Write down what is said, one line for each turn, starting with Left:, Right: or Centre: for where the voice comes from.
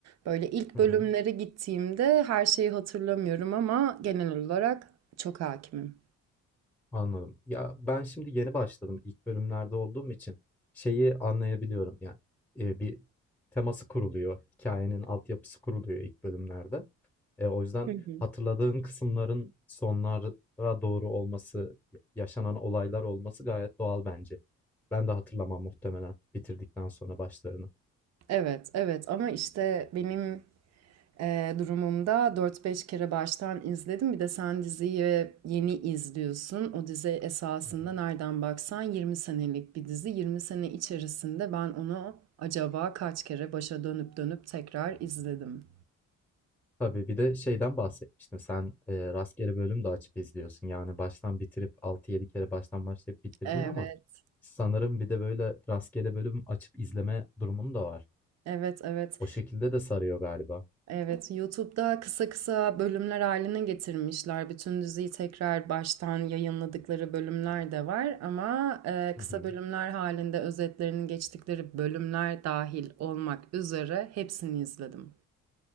Right: Böyle ilk
Centre: Hı
Right: bölümlere
Centre: hı.
Right: gittiğimde her şeyi hatırlamıyorum ama genel olarak çok hakimim.
Centre: Anladım. Ya ben şimdi yeni başladım. İlk bölümlerde olduğum için şeyi anlayabiliyorum. Yani e, bir teması kuruluyor. Hikayenin altyapısı kuruluyor ilk bölümlerde. Eee, o yüzden
Right: Hı hı.
Centre: hatırladığın kısımların sonlara doğru olması, yaşanan olaylar olması gayet doğal bence. Ben de hatırlamam muhtemelen bitirdikten sonra başlarını.
Right: Evet, evet ama işte benim e, durumumda dört beş kere baştan izledim. Bir de sen diziyi yeni izliyorsun. O dizi esasında
Centre: Hı hı.
Right: nereden baksan 20 senelik bir dizi. yirmi sene içerisinde ben onu acaba kaç kere başa dönüp dönüp tekrar izledim.
Centre: Tabii, bir de şeyden bahsetmiştin sen, eee, rastgele bölüm de açıp izliyorsun. Yani baştan bitirip altı yedi kere baştan başlayıp bitirdin
Right: Evet,
Centre: ama sanırım bir de böyle rastgele bölüm açıp izleme durumun da var.
Right: evet, evet.
Centre: O şekilde de sarıyor galiba.
Right: Evet, YouTube'da kısa kısa bölümler haline getirmişler. Bütün diziyi tekrar baştan yayınladıkları bölümler de var ama e,
Centre: Hı
Right: kısa
Centre: hı.
Right: bölümler halinde özetlerini geçtikleri bölümler dahil olmak üzere hepsini izledim.